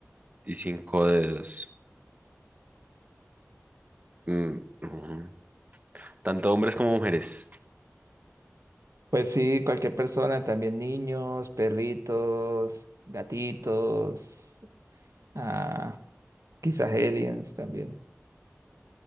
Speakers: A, on the right; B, on the right.
A: y cinco dedos. Mm, mm. Tanto hombres como mujeres.
B: Pues sí, cualquier persona, también niños, perritos, gatitos, ah, quizás aliens también.